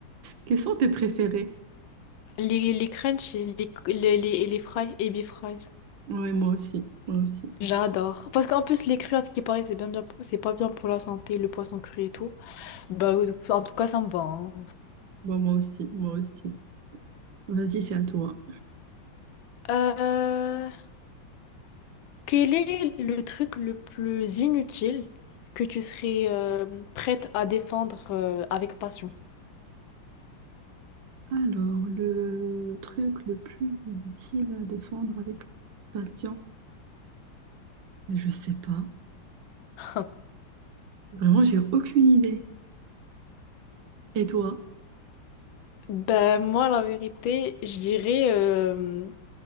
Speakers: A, on the right; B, on the left.
A: Quels sont tes préférés?
B: Les, les crunchies, les, les, les, les fries, ebi fry.
A: Oui, moi aussi. Moi aussi.
B: J'adore. Parce qu'en plus, les crues, à ce qui paraît, c'est bien, bien, c'est pas bien pour la santé, le poisson cru et tout. Bah, oui, en tout cas, ça me va. hein.
A: Bon, moi aussi. Moi aussi. Vas-y, c'est à toi.
B: Euh, quel est le truc le plus inutile que tu serais euh, prête à défendre euh, avec passion?
A: Alors, le truc le plus utile à défendre avec patience? Ben, Je sais pas.
B: <laughs>
A: Vraiment, j'ai aucune idée. Et toi?
B: Ben, moi, la vérité, je dirais euh,